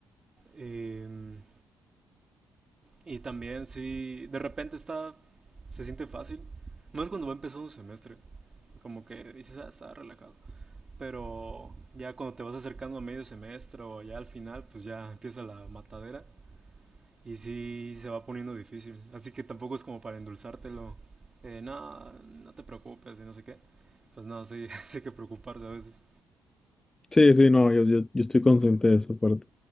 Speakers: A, on the right; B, on the left.
A: em, Y también, sí, de repente está, se siente fácil. No es cuando va empezando un semestre, como que dices, ah, está relajado. Pero ya cuando te vas acercando a medio semestre o ya al final, pues ya empieza la matadera y sí se va poniendo difícil. Así que tampoco es como para endulzártelo, eh, no, no te preocupes y no sé qué. Pues no, sí, <laughs> sí hay que preocuparse a veces.
B: Sí, sí, no, yo, yo, yo estoy consciente de esa parte.